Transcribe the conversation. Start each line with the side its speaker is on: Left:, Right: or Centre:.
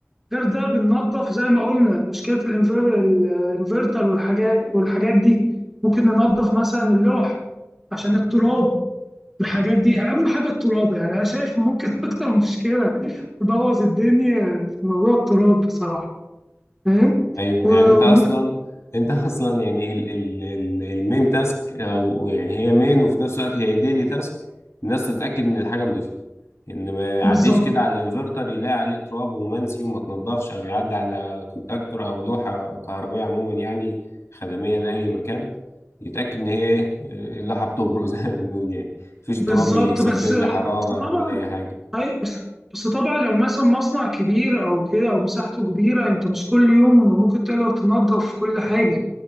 Centre: غير ده بننظف زي ما قلنا مشكلة الانفر الانفرتر والحاجات والحاجات دي ممكن ننظف مثلا اللوح عشان التراب الحاجات دي أهم حاجة التراب يعني أنا شايف ممكن <laughs> أكتر مشكلة تبوظ الدنيا في موضوع التراب بصراحة فاهم
Left: ايوه
Centre: و-
Left: يعني انت اصلا
Centre: وممكن
Left: انت <laughs> اصلا يعني ال ال ال المين تاسك او يعني هي مين وفي نفس الوقت هي ديلي تاسك الناس تتأكد ان الحاجة نظيفة ان ما يعديش
Centre: بالظبط
Left: كده على انفرتر يلاقي عليه تراب ومنسي وما تنضفش او يعدي على كونتاكتور او لوحه كهربائيه عموما يعني خدميه لاي مكان يتاكد ان هي ايه اللوحه بتبرق <laughs> زي ما بنقول يعني مفيش
Centre: بالظبط
Left: تراب يسبب
Centre: بس بس
Left: لي حراره
Centre: طبعا
Left: يعمل لي اي حاجه
Centre: أي- بس بس طبعا لو مثلا مصنع كبير أو كده أو مساحته كبيرة أنت مش كل يوم ممكن تقدر تنظف كل حاجة